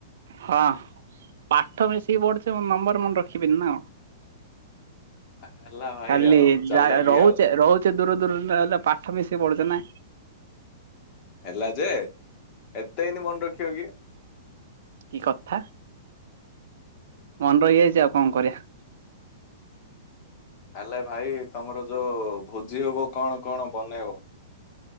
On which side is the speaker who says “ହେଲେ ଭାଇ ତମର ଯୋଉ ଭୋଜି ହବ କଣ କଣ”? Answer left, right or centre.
Left